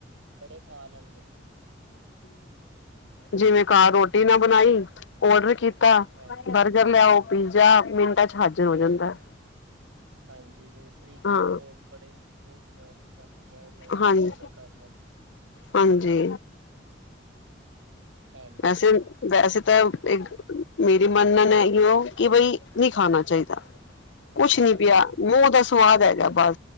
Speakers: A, on the right; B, on the left.
A: ਬੜੇ ਖਾ ਲੈਂਦੇ ਨੇ।
B: ਜਿਵੇਂ ਘਰ ਰੋਟੀ ਨਾ ਬਣਾਈ ਔਡਰ ਕੀਤਾ।
A: ਹਾਂਜੀ
B: ਜਫੇ ਲਿਆਓ ਪੀਜ਼ਾ ਮਿੰਟਾਂ ਚ ਹਾਜ਼ਰ ਹੋ ਜਾਂਦਾ।
A: ਹਾਂਜੀ ਜਿਵੇਂ ਸਵੀਗੀ,
B: ਹਾਂ
A: ਤੋਂ ਬੜੇ ਉਹ ਵੀ ਨੇ ਓਪਸ਼ਨ ਔਨਲਾਈਨ
B: ਹਾਂਜੀ
A: ਕਈ ਓਡਰ ਕਰ ਲੈਂਦੇ।
B: ਹਾਂਜੀ,
A: ਹਾਂਜੀ
B: ਅਸੀਂ, ਵੈਸੇ ਤਾਂ ਮੇਰੀ ਮੰਨਣ ਹੈਓ ਕਿ ਬਈ ਨਹੀਂ ਖਾਣਾ ਚਾਹੀਦਾ ਕੁਛ
A: ਨਹੀਂ ਖਾਣਾ
B: ਨੀ ਪਿਆ
A: ਚਾਹੀਦਾ
B: ਮੂੰਹ
A: ਹਾਂਜੀ
B: ਦੱਸ ਸਵਾਦ ਹੈਗਾ ਬਸ,